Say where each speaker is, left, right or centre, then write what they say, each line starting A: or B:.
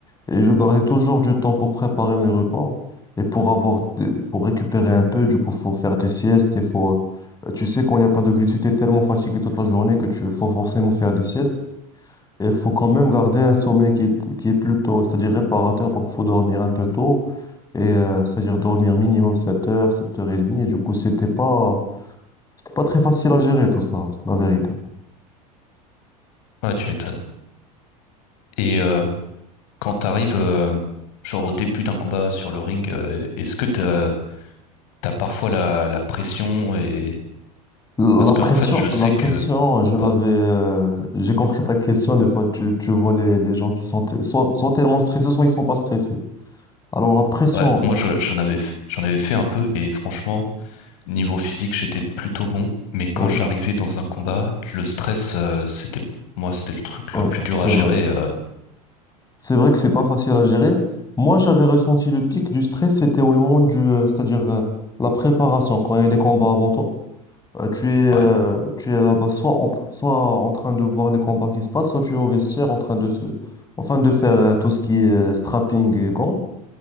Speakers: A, on the left; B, on the left.
A: et je gardais toujours du temps pour préparer mes repas et pour avoir, des- pour récupérer un peu. Du coup, faut faire des siestes et faut, euh, tu sais, quand il n'y a pas de glucides, t'es tellement fatigué toute la journée que tu faut forcément faire des siestes et faut quand même garder un sommeil qui est, qui est plutôt, c'est-à-dire réparateur. Donc, faut dormir un peu tôt et euh, c'est-à-dire dormir minimum 7 heures, 7 heures trente et demie. Et du coup, c'était pas c'était pas très facile à gérer tout ça, c'est la vérité.
B: Ouais, tu m'étonnes. Et euh, quand t'arrives, euh, genre au début d'un combat sur le ring, euh, est-ce que t'as, t'as parfois la, la pression et
A: La
B: parce que
A: pression,
B: en fait, je sais
A: la pression,
B: que
A: je l'avais.
B: ouais,
A: euh, j'ai compris ta question. Des fois, tu, tu vois les, les gens qui sont t- soit, soit tellement stressés, soit ils sont pas stressés. Alors, la pression,
B: ouais, moi je, j'en avais, f- j'en avais fait un peu et franchement. Niveau physique, j'étais plutôt bon, mais quand
A: oui,
B: j'arrivais dans un combat, le stress, euh, c'était, moi, c'était le truc
A: ouais,
B: le
A: ouais,
B: plus dur
A: c'est
B: à gérer.
A: vrai.
B: euh,
A: C'est vrai que c'est pas facile à gérer. Moi, j'avais ressenti le pic du stress, c'était au moment du. euh, c'est-à-dire euh, la préparation, quand il y a des combats avant toi. Euh, tu es, euh,
B: ouais,
A: tu es là-bas soit en, t- soit en train de voir les combats qui se passent, soit tu es au vestiaire en train de se, enfin de faire euh, tout ce qui est euh, strapping et gants.